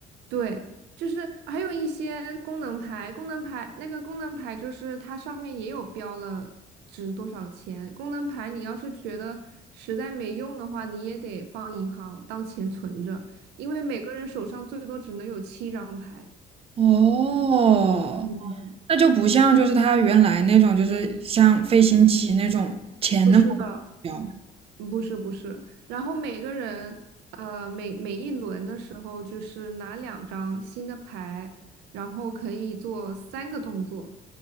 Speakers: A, on the right; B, on the right.
A: 对，就是还有一些功能牌，功能牌那个功能牌就是它上面也有标了值多少钱。功能牌你要是觉得实在没用的话，你也得放银行当钱存着，因为每个人手上最多只能有七张牌。
B: 哦，
A: 嗯，
B: 那就不像就是他原来那种，就是像飞行棋那种钱那么
A: 不是的，
B: 重要。
A: 不是不是，然后每个人呃每每一轮的时候就是拿两张新的牌，然后可以做三个动作，